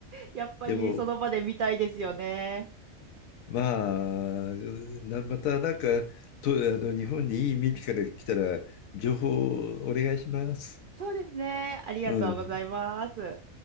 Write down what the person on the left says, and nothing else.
でも、まあ、な、またなんか、と、あの、日本にいい耳から来たら、情報をお願いします。
うん。